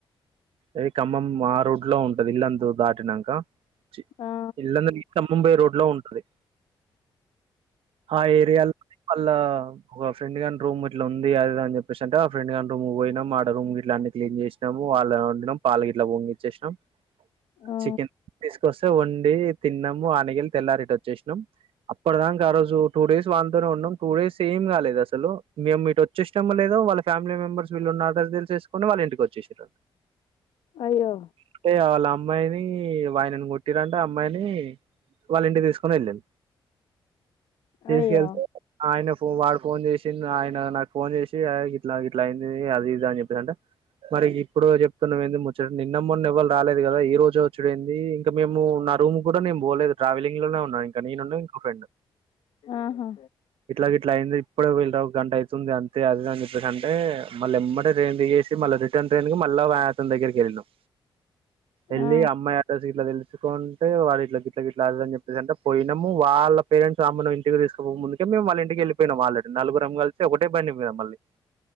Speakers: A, on the right; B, on the left.
A: ఈ ఖమ్మం ఆ రూట్. ట్లో ఉంటది. ఇల్లంతు దాటినంక. చీ,
B: ఆ
A: ఇల్లందు కి ఖమ్మం పొయ్యే రోడ్ లో ఉంటది. ఆ ఏరియాలోనే ఆళ్ళ, ఒక ఫ్రెండ్ గాని రూమ్ ఇట్లా ఉంది, అది ఇది అని చెప్, <unintelligible> ఆ ఫెండ్ రూమ్ పోయినాం. ఆడ రూమ్ గిట్ల అన్ని క్లీన్ చేసినాము. వాళ్ళు వండినం పాలు గిట్లా పొంగిచ్చేసినం.
B: ఆ
A: చికెన్ తీసుకొస్తే వండి తిన్నము, ఆనగిల్ తెల్లారిట్టచ్ చ్చేసినాం. అప్పటిదాంక ఆ రోజు టూ డేస్ వానీతోనే ఉన్నాం. టూ డేస్ ఏం కాలేద్ అసలు, మేము ఇట్ ఓచ్చేసినామో లేదో, వాళ్ళ ఫ్యామిలీ మెంబర్స్ వీళ్ళున్న అడ్రస్ దేల్సేసుకోని వాళ్ళ ఇంటికి ఓచ్చేసిన్రు.
B: అయ్యో
A: అంటే వాళ్ళ అమ్మాయిది. ఈ వాయ్ నాని కొట్టిరంట, అమ్మాయిని వాళ్ళ ఇంటికి దిసుకోని ఎల్లిన్. తీసుకెళ్తే
B: అయ్యో
A: ఆయనకు వాడు ఫోన్ చేసిన్డ్, ఆయన నాకు ఫోన్ చేసి, తి అయి గిట్లా గిట్ల అయింది, అది ఇది అని చెప్పిన్నరంటే. మరి ఇప్పుడు చెప్తున్నావ్ ముచ్చట నిన్న, మొన్న ఎవ్వరు రాలేదు కదా. ఈ రోజు వచ్చుడెంది, ఇంకా మేము ఆ రూమ్ గు మేం పోలేదు, ట్రావెలింగ్ లోనే ఉన్నాయి ఇంకా నేను ఉన్ను ఇంకో ఫ్రెండ్.
B: ఆహా
A: ఇట్లా గిట్లా అయింది, ఇప్పుడే <unintelligible> ఒక గంట అయితుంది అం తే అది ఇది అని చెప్పేసి అంటే, మళ్ళీ ఎమ్మడే ట్రైన్ దిగేసి, మళ్ళ రిటర్న్ ట్రైన్ కి మళ్ళ వా అతన్ దగ్గరికి వెళ్ళినం. ఎళ్ళి
B: ఆ
A: అమ్మయి అడ్రస్ గిట్ల దేల్స్, కుంటు, వాడు ఇట్లా గిట్ల గిట్లా అది అని చెప్పేసింటే పోయినాము. వాళ్ళ పేరెంట్స్ ఆమెను ఇంటికి దిసుకోక ముందుకే మేముళ్ళంటికి వెళ్ళపోయిం ఆల్రెడి. నలుగురం గలిసి ఒకటే బండి మీద మళ్ళీ